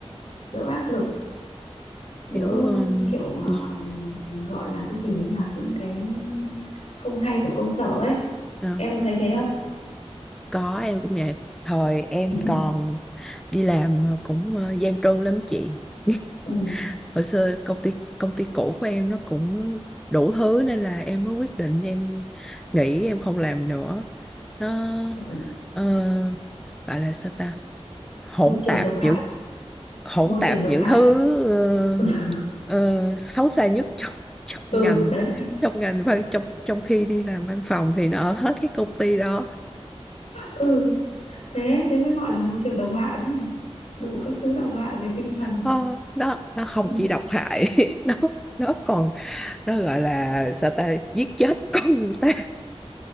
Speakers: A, on the left (about 65°); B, in the centre.
A: đỡ áp lực đỡ
B: Kiểu um,
A: kiểu ờ,
B: gì?
A: gọi là cái gì nhỉ những cái không hay của công sở ấy
B: Ờ,
A: em có thấy thế không
B: có em cũng vậy thời em
A: <laughs>
B: còn đi làm mà cũng ờ, gian truân lắm chị <laughs>
A: ừ.
B: hồi xưa công ty công ty cũ của em nó cũng đủ thứ nên là em mới quyết định em nghỉ em không làm nữa nó
A: kiểu
B: ờ, gọi là sao ta hỗn
A: môi trường
B: tạp
A: độc hại
B: những hỗn
A: môi
B: tạp
A: trường độc
B: những
A: hại
B: thứ ờ,
A: <laughs>
B: ờ, xấu xa nhất <laughs> trong trong
A: ừ
B: ngành
A: đấy
B: trong ngành văn trong trong khi đi làm văn phòng thì nó ở hết cái công ty đó
A: ừ thế thế mới gọi là môi trường độc hại đấy đủ các thứ độc hại về tinh thần
B: Ờ, nó nó không
A: ừ.
B: chỉ độc hại <laughs> nó nó còn nó gọi là sao ta giết chết <laughs> con người ta